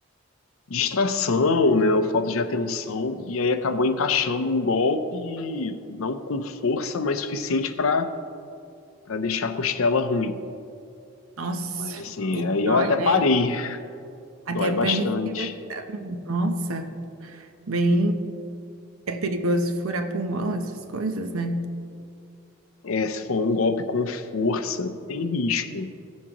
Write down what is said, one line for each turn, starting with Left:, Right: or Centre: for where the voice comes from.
Left: distração, né, ou falta de atenção, e aí acabou encaixando um golpe, não com força, mas suficiente para para deixar a costela ruim.
Right: Nossa,
Left: Mas assim,
Right: e
Left: aí eu
Right: dói,
Left: até parei,
Right: né? Até
Left: dói
Right: para
Left: bastante.
Right: respiração. Nossa, bem, é perigoso furar pulmão, essas coisas, né?
Left: É, se for um golpe com força, tem risco.